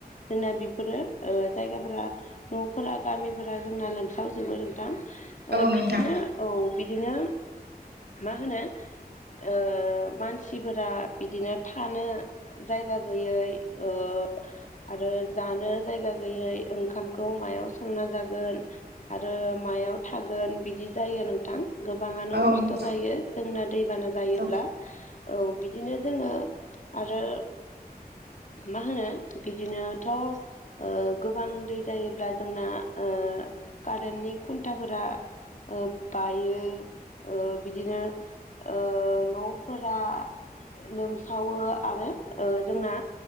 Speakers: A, on the left (about 50°); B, on the right (about 85°).
A: जोंना बिफोरो ओ जायगाफोरा न'फोरा गामिफोरा जोंना लोमसावजोबो नोंथां ओ
B: औ नोंथां
A: बिदिनो औ। बिदिनो मा होनो ओ मानसिफोरा बिदिनो थानो जायगा गोयै ओ आरो जानो जायगा गैयै ओंखामखौ मायाव संना जागोन आरो मायाव थागोन बिदि जायो नोंथां। गोबाङानो
B: औ
A: खस्थ'
B: नोंथां
A: जायो जोंना दैबाना जायोब्ला।
B: औ
A: औ बिदिनो जोङो आरो मा होनो बिदिनोथ' ओ गोबां दै जायोब्ला जोंना ओ कारेन्टनि खुन्थाफोरा ओ बायो ओ बिदिनो ओ न'फोरा लोमसावो आरो ओ जोंना